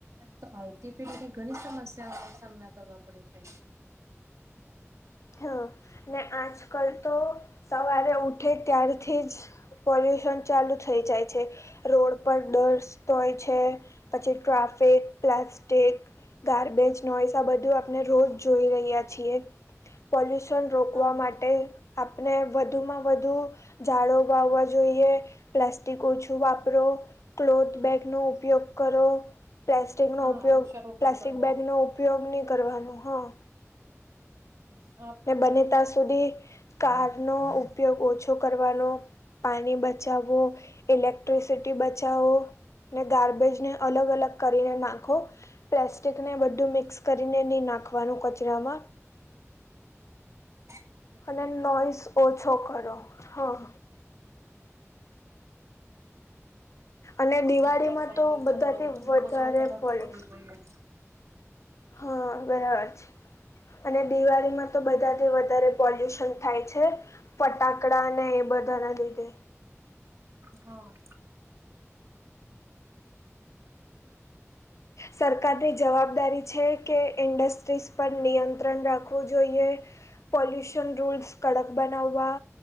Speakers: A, on the right; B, on the left.
A: તો આવતી પેઢી ની ઘણી સમસ્યાઓ ન સામના કરવા પડે છે
B: હા ને આજકાલ તો સવારે ઉઠે ત્યારથી જ પોલ્યુશન ચાલુ થઈ જાય છે રોડ પર ડસ્ટ હોય છે પછી ટ્રાફિક પ્લાસ્ટિક ગાર્બેજ નોઇસ આ બધું આપણે રોજ જોઈ રહ્યા છીએ પોલ્યુશન રોકવા
A: હા
B: માટે આપણે વધુમાં વધુ ઝાડો વાવવા જોઈએ પ્લાસ્ટિક ઓછું વાપરો ક્લોથ બેગ નો ઉપયોગ કરો પ્લાસ્ટિક
A: હા
B: નો ઉપયોગ
A: વૃક્ષારોપણ
B: પ્લાસ્ટિક
A: કરવો
B: બેગનો ઉપયોગ નહીં કરવાનો હં
A: હમ
B: ને બને ત્યાં સુધી કાર નો ઉપયોગ ઓછો કરવાનો પાણી બચાવુ ઇલેક્ટ્રિસિટી બચાવો ને ગાર્બેજ ને અલગ અલગ કરીને નાખો પ્લાસ્ટિકને બધું મિક્સ કરીને નહીં નાખવાનું કચરામાં
A: હા તો છે
B: અને નોઈસ ઓછો કરો હા અને દિવાળીમાં
A: એકલાસાાય
B: તો
A: કચરો
B: બધાથી
A: અને
B: વધારે
A: કચરો પણ નોકી
B: પોલ્યુશ
A: કરવું જોઈએ
B: હા બરાબર છે અને દિવાળીમાં તો બધાથી વધારે પોલ્યુશન થાય છે ફટાકડા ને એ બધા ના લીધે
A: હમ
B: સરકારની જવાબદારી છે કે ઇન્ડસ્ટ્રીઝ પર નિયંત્રણ રાખવું જોઈએ પૉલ્યુશન રૂલસ કડક બનાવા